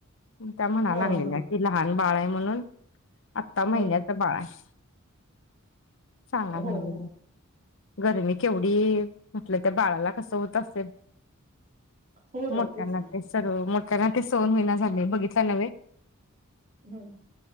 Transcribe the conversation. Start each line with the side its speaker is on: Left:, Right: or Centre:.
Left: त्या म्हणा
Right: हा
Left: लागलेल्या
Right: हा.
Left: की लहान बाळाय म्हणून आत्ता
Right: हा.
Left: महिन्याच बाळ आहे चांगला
Right: हो
Left: झालेला
Right: हो
Left: गरमी केवढी म्हटल त्या बाळाला कसं होत असेल
Right: हो ना
Left: मोठ्यांना
Right: तेच ना.
Left: ते सर्व तेला ते सहन होईना झालय बघितला नव्हे
Right: हम्म